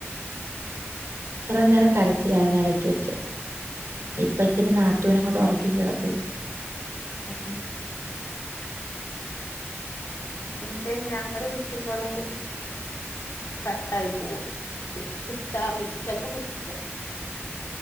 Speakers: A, on the right; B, on the left.
A: ഇത്ര നേരം കരച്ചിലായിരുന്നു ഇടയ്ക്ക് വെച്ച്, ഇപ്പ ഇത്തിരി നാത്തൂനങ്ങോട്ട് ഉറക്കി കിടത്തി.
B: പിന്നെ. ഇങ്ങക്കയിനി ഞങ്ങള് വിളിച്ച്പോള്. കട്ടായി പോവും കിട്ടാറ് ചെലപ്പോ കിട്ടാറി